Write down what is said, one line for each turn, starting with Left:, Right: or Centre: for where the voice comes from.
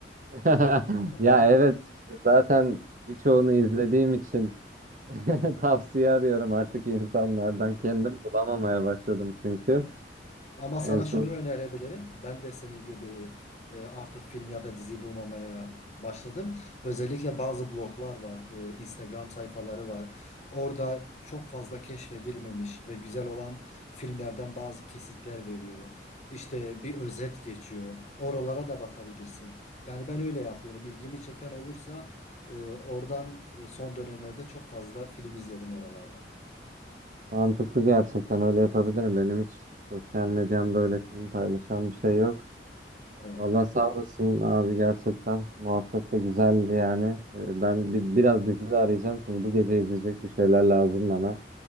Right: <laughs>
Left: <laughs>
Right: Ya evet işte zaten birçoğunu izlediğim için <laughs> Tavsiye arıyorum artık insanlardan.
Left: Evet.
Right: Kendim bulamamaya başladım çünkü.
Left: Ama
Right: İşte
Left: sana
Right: En son
Left: şunu önerebilirim. Ben de senin gibi e, artık film ya da dizi bulmamaya başladım. Özellikle bazı bloglar var, e, Instagram sayfaları var. Orada çok fazla keşfedilmemiş ve güzel olan filmlerden bazı kesitler veriyor. İşte bir özet geçiyor. Oralara da bakabilirsin. Yani ben öyle yapıyorum. İlgimi çeken olursa e, oradan e, son dönemlerde çok fazla film izledim oralarda.
Right: mantıklı gerçekten öyle yapabilirim. Benim hiç sosyal medyamda öyle film paylaşan bir şey yok.
Left: Evet.
Right: Valla sağ olasın abi gerçekten. Muhabbet de güzeldi yani. Ee, Ben bir, biraz dizi de arayacağım çünkü bu gece izleyecek bir şeyler lazım bana.